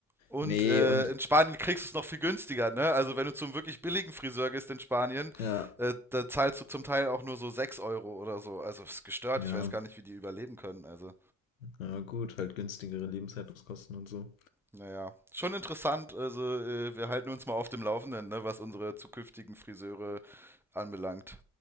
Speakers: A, in the centre; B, on the left (about 80°).
A: Und
B: Ne,
A: äh,
B: und
A: in Spanien kriegst du es noch viel günstiger, ne? Also wenn du zum wirklich billigen Friseur gehst in Spanien,
B: ja,
A: äh, da zahlst du zum Teil auch nur so 6 Euro oder so. Also ist gestört,
B: ja,
A: ich weiß gar nicht, wie die überleben können. Also,
B: ja gut, halt günstigere Lebenshaltungskosten und so.
A: naja, schon interessant. Also äh, wir halten uns mal auf dem Laufenden, ne, was unsere zukünftigen Friseure anbelangt.